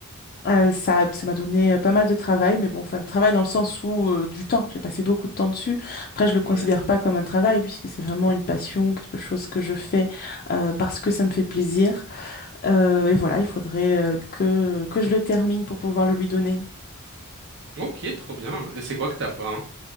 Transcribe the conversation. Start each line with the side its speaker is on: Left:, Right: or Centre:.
Left: Euh, ça, ça m'a donné euh, pas mal de travail, mais bon, enfin, de travail dans le sens où euh, du temps, j'ai passé beaucoup de temps dessus. Après, je le considère
Right: Ouais.
Left: pas comme un travail puisque c'est vraiment une passion, quelque chose que je fais euh, parce que ça me fait plaisir. Euh, et voilà, il faudrait euh, que, que je le termine pour pouvoir le lui donner.
Right: Ok, trop bien. Et c'est quoi que t'as peint?